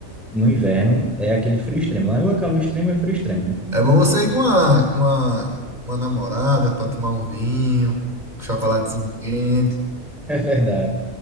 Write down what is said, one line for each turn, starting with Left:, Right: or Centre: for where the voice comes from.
Centre: no inverno é aquele frio extremo. Lá ou é calor extremo, ou é frio extremo, né? <laughs>
Right: É bom você ir com uma, com uma, uma namorada para tomar um vinho, um chocolatezinho quente.
Centre: É verdade.